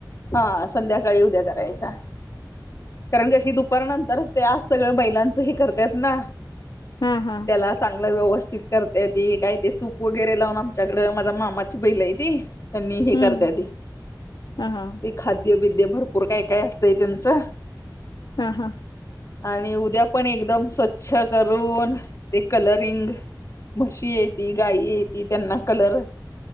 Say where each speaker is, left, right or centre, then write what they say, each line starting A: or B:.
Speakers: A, on the left (about 40°); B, on the left (about 65°).
A: हा संध्याकाळी उद्या करायच्या. कारण कशी दुपारनंतरच, ते आज सगळ बैलांचं हे करत्यात ना.
B: हा हा
A: त्याला चांगला व्यवस् स्थित करत्या ती. काय ते तूप वगैरे लावून आमच्याकडं, माझ्या मामाची बैल आहे ती त्यांनी हे करत्याती
B: हम्म हा हा
A: खाद्यबीद्य भरपूर काय काय असतंय त्यांचं.
B: हा हा.
A: आणि उद्या पण एकदम स्वच्छ करून ते कलरिंग म्हशी एती, गाय एती त्यांना कलर